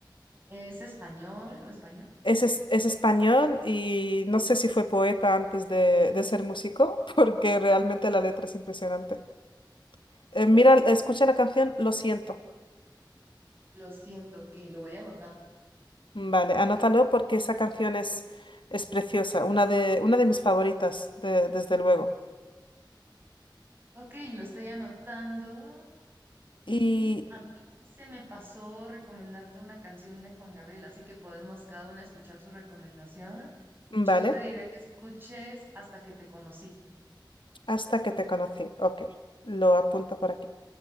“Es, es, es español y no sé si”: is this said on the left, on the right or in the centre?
Left